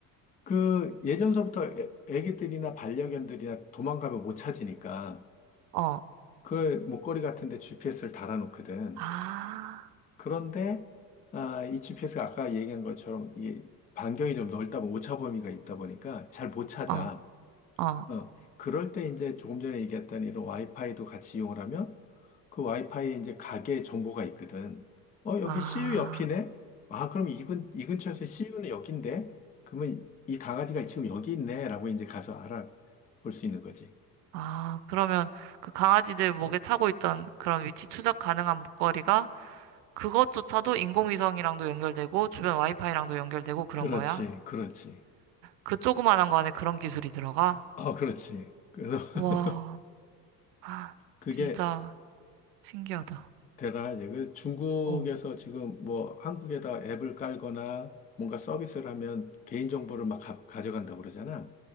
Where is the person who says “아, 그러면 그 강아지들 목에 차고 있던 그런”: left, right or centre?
Right